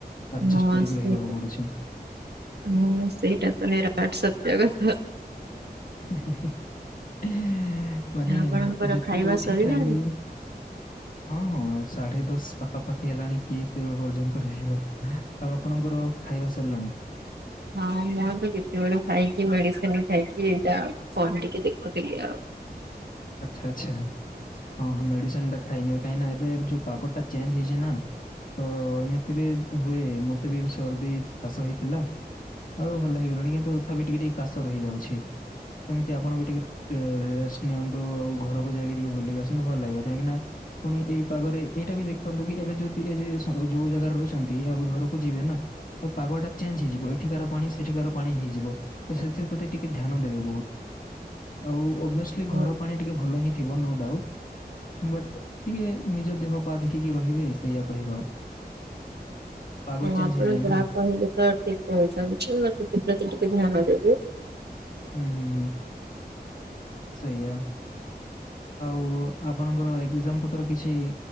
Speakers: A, on the left; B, on the right.
A: ଆଡଜଷ୍ଟ
B: ହଁ
A: କରିକି
B: ସେଇଟା,
A: ରହିବାକୁ ପଡୁଛି।
B: ହଁ ସେଇଟା ତ ନିରାଟ ସତ୍ୟ କଥା।
A: <inaudible> ମାନେ
B: ଆପଣଙ୍କର
A: ଯେତେ
B: ଖାଇବା
A: ଯୋଉଠି
B: ସରିଲାଣି?
A: ଖାଇଲେ ବି, ହଁ। ସାଢେ ଦଶ ପାଖାପାଖି ହେଲାଣି କିଏ ଏତେବେଳେ ପର୍ଯ୍ୟନ୍ତ ରହିବ। ଆଉ ଆପଣଙ୍କର ଖାଇବା ସରିଲାଣି?
B: ହଁ ମୋର ତ କେତେବେଳୁ ଖାଇକି ମେଡିସିନ ଖାଇକି ଏଇଟା ଫୋନ ଟିକେ ଦେଖୁଥିଲି ଆଉ।
A: ଆଚ୍ଛା ଆଚ୍ଛା। ହଁ ହଁ ମେଡିସିନ ଟା ଖାଇନେବେ। କାହିଁନା ଏବେ ଯୋଉ ପାଗଟା ଚେଞ୍ଜ ହେଇଛି ନା ତ ଏମିତିରେ ହୁଏ। ମତେ ବି ସର୍ଦି ହେଇଚି ଖାସ ହେଇଥିଲା। ଆଉ ଭଲ ହେଇଗଲାଣି କିନ୍ତୁ ତଥାପି ଟିକେ ଟିକେ କାଶ ରହିଯାଉଚି। ସେମିତି ଆପଣ ବି ଟିକେ ରେ ରେଷ୍ଟ ନିଅନ୍ତୁ। ତ ଆଉ ଘରକୁ ଯାଇକି ଟିକେ ବୁଲିକି ଆସନ୍ତୁ ଭଲ ଲାଗିବ। କାହିଁକି ନା ପୁଣି ଏଇ ପାଗରେ ଏଇଟା ବି ଦେଖନ୍ତୁ କି ଏବେ ଯଦି ଏ ଯ ଯୋଉ ଜାଗାରେ ରହୁଛନ୍ତି ଘରକୁ ଯିବେ ନା ତ ପାଗ ଟା ଚେଞ୍ଜ ହେଇଯିବ। ଏଠିକାର ପାଣି ସେଠିକାର ପାଣି ହେଇଯିବ। ତ ସେଥ୍ ସେଥ୍ ପ୍ରତି ଟିକେ ଧ୍ୟାନ ଦେବେ ବହୁତ ଆଉ ଓଭିଅସଲି
B: ହଁ
A: ଘର ପାଣି ଟିକେ ଭଲ ହିଁ ଥିବ ନୋ ଡାଉଟ୍। ବଟ୍ ଟିକେ ନିଜ ଦେହ ପା ଦେଖିକି ରହିବେ ସେଇୟା କହିବା ଆଉ। ପାଗ
B: ହଁ,
A: ଚେଞ୍ଜ
B: ଆପଣ
A: ହେଇଯାଏ
B: ଯାହା
A: ନା
B: କହିଲେ ତ ଠିକ୍ କହୁଛନ୍ତି ମୁଁ ସେଥିପ୍ରତି ଟିକେ ଧ୍ୟାନ ଦେବି।
A: ହୁଁ ହୁଁ। ସେଇୟା। ଆଉ ଆପଣଙ୍କର ଏକ୍ଜାମ୍ ପୁ ତ୍ର କିଛି